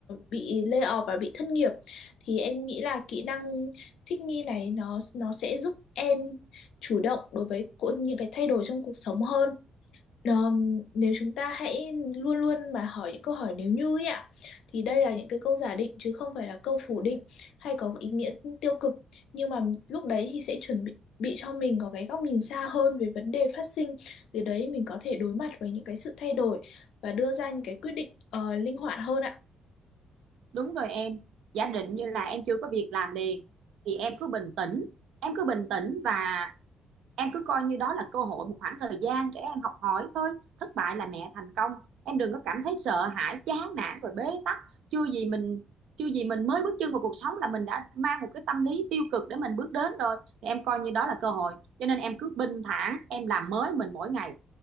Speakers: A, on the left (about 75°); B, on the right (about 75°).
A: bị layoff và bị thất nghiệp thì em nghĩ là kỹ năng thích nghi này nó nó sẽ giúp em chủ động đối với cô- những cái thay đổi trong cuộc sống hơn. Ờm, nếu chúng ta hãy luôn luôn mà hỏi những câu hỏi nếu như ấy ạ thì đây là những cái câu giả định chứ không phải là câu phủ định hay có ý nghĩa tiêu cực nhưng mà lúc đấy thì sẽ chuẩn bị bị cho mình có cái góc nhìn xa hơn về vấn đề phát sinh từ đấy mình có thể đối mặt với những cái sự thay đổi và đưa ra những cái quyết định ờ, linh hoạt hơn ạ
B: đúng rồi em giả định như là em chưa có việc làm liền thì em cứ bình tĩnh em cứ bình tĩnh và em cứ coi như đó là cơ hội một khoảng thời gian để em học hỏi thôi thất bại là mẹ thành công em đừng có cảm thấy sợ hãi chán nản rồi bế tắc chưa gì mình chưa gì mình mới bước chân vào cuộc sống là mình đã mang một cái tâm lý tiêu cực để mình bước đến rồi thì em coi như đó là cơ hội cho nên em cứ bình thản em làm mới mình mỗi ngày